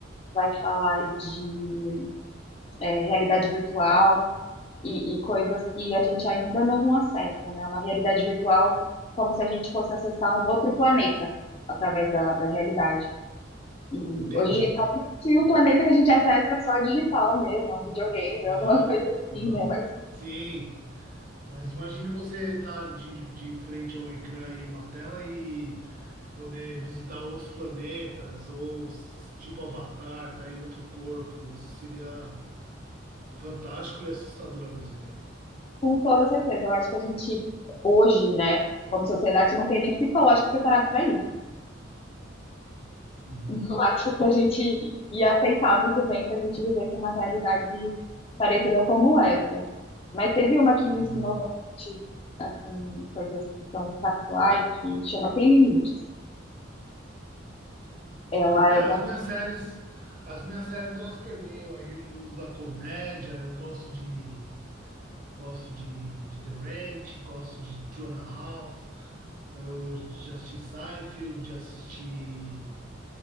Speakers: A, on the left; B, on the right.
A: vai falar de é, realidade virtual, e, e coisas que a gente ainda não acessa, né? Uma realidade virtual como se a gente fosse acessar um outro planeta através da, da realidade. E
B: Entendi.
A: hoje a gente sabe que o planeta que a gente acessa é só digital mesmo, é um videogame,
B: Aham.
A: alguma <laughs> coisa assim,
B: Aham.
A: né? Mas
B: Sim. Mas imagine você estar de, de frente a um ecrã e uma tela e poder visitar outros planetas ou s- tipo Avatar, tá em outro corpo. Isso seria fantástico e assustador ao mesmo tempo.
A: com toda certeza, eu acho que a gente hoje, né, como sociedade, não tem nem psicológico preparado para isso.
B: Uhum,
A: <laughs> Não acho que a gente ia aceitar muito bem se a gente vivesse uma realidade parecida como essa. Mas teve uma que me
B: uhum,
A: ensinou bastante, assim, coisas que são factuais, que chama Sem Limites. Ela
B: é.
A: é
B: É, as
A: da
B: minhas séries, as minhas séries elas permeiam aí o mundo da comédia. Eu gosto de gosto de, de The Ranch, gosto de Two and a Half. Eu já assisti Seinfeld, já assisti